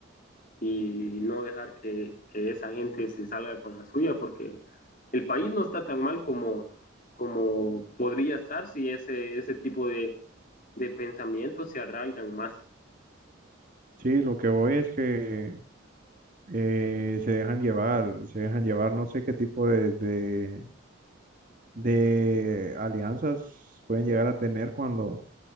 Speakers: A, on the left; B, on the right.
A: y no dejar que, que esa gente se salga con la suya, porque el país no está tan mal como, como podría estar si ese, ese tipo de, de pensamientos se arraigan más.
B: Sí, lo que voy es que eh, se dejan llevar, se dejan llevar, no sé qué tipo de, de, de alianzas pueden llegar a tener cuando,